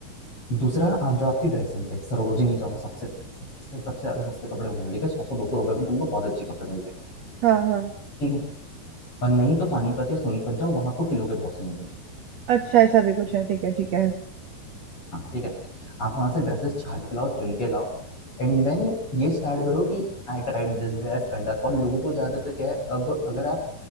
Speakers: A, on the left; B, on the right.
A: दूसरा आप जाओ आपकी ड्रेसिंग पे सरोजिनी जाओ सबसे सबसे सबसे ज्यादा सस्ते कपड़े वहां मिलेंगे सौ सौ दो सौ रुपए में तुमको बहुत अच्छे कपड़े मिल जाएंगे
B: हाँ हाँ
A: ठीक है पर नहीं तो पानीपत या सोनीपत जाओ वहां आपको किलो के भाव से मिलेंगे
B: अच्छा ऐसा भी कुछ है ठीक है ठीक है
A: हाँ ठीक है आप वहां से ड्रेसेस छाट के लाओ चुन के लाओ एंड देन ये स्टार्ट करो कि I tried this dress under और लोगों को ज्यादातर क्या है अब अगर आप